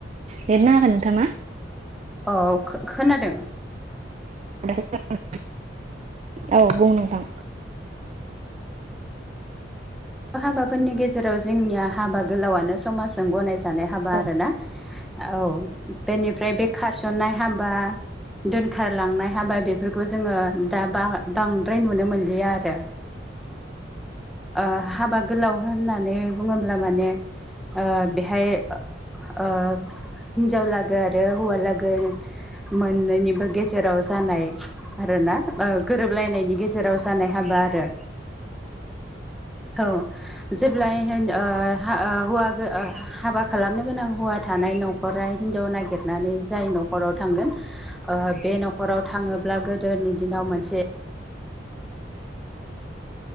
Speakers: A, on the right; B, in the centre.
A: नेट नाङाखै नोंथांना।
B: औ खो-खोनादों
A: <inaudible> औ बुं नोंथां
B: हाबाफोरनि गेजेराव जोंनिया हाबा गोलावआनो समाजजों गनायजानाय हाबा
A: औ
B: आरोना औ बेनिफ्राय बे खारसननाय हाबा दोनखारलांनाय हाबाय बेफोरखौ जोङो दा बा-बांद्राय नुनो मोनलिया आरो ओ हाबा गोलाव होननानै बुङोब्ला माने ओ बेहाय ओ हिनजावलागो आरो हौवा लागो मोननैनिबो गेजेराव जानाय आरो ना ओ गोरोबलायनायनि गेजेराव जानाय हाबा आरो औ जेब्लाय हि ओ हा ओ हौवा ओ हाबा खालामनो गोनां हौवा थानाय न'खरा हिनजाव नागिरनानै जाय न'खराव थांगोन। ओ बे न'खराव थाङोब्ला गोदोनि दिनाव मोनसे